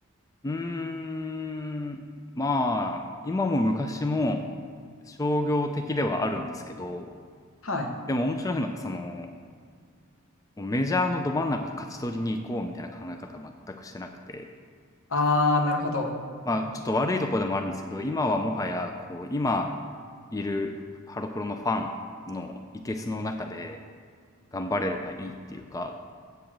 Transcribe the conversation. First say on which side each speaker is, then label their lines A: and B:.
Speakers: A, on the left (about 15°); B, on the left (about 75°).
A: うーん、まあ、今も昔も商業的ではあるんですけど、
B: はい。
A: でも面白いのがその、もうメジャーのど真ん中を勝ち取りに行こうみたいな考え方は全くしてなくて、
B: ああ、なるほど。
A: まあ、ちょっと悪いところでもあるんですけど、今はもはやこう、今いるハロプロのファンのケスの中で頑張れればいいっていうか、